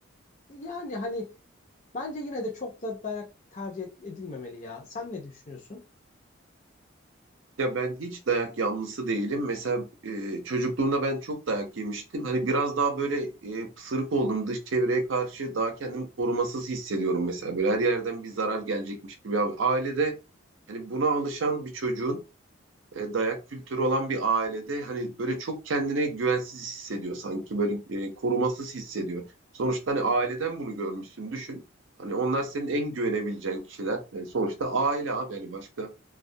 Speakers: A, on the left; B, on the right.
A: Yani hani bence yine de çok da dayak tercih edilmemeli ya. Sen ne düşünüyorsun?
B: Ya ben hiç dayak yanlısı değilim. Mesela e, çocukluğumda ben çok dayak yemiştim. Hani biraz daha böyle e, pısırık oldum. Dış çevreye karşı daha kendimi korumasız hissediyorum mesela. Böyle her yerden bir zarar gelecekmiş gibi. Abi. Ailede hani buna alışan bir çocuğun e, dayak kültürü olan bir ailede hani böyle çok kendine güvensiz hissediyor sanki. Böyle e, korumasız hissediyor. Sonuçta hani aileden bunu görmüşsün düşün. Hani onlar senin en güvenebileceğin kişiler. Yani sonuçta aile abi yani başka